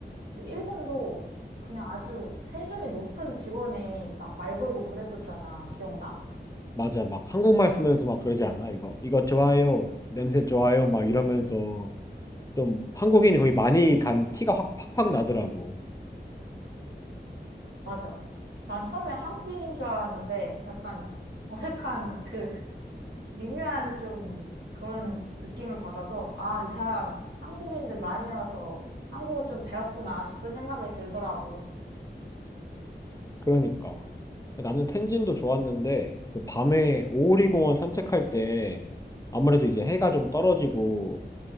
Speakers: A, on the right; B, on the left.
A: 근데 일본도 그냥 아주 텐션이 높은 직원이 막 말 걸고 그랬었잖아. 기억나?
B: 맞아, 막 한국말 쓰면서 막 그러지 않아? 이거, 이거 좋아요. 냄새 좋아요. 막 이러면서 좀 한국인이 거의 많이 간 티가 확, 팍팍 나더라고.
A: 맞아. 난 처음에 한국인인 줄 알았는데 약간 어색한 그 미묘한 좀 그런 느낌을 받아서 아, 이 사람 한국인들 많이 와서 한국어 좀 배웠구나 싶은 생각이 들더라고.
B: 그러니까. 나는 텐진도 좋았는데 그 밤에 오오리 공원 산책할 때 아무래도 이제 해가 좀 떨어지고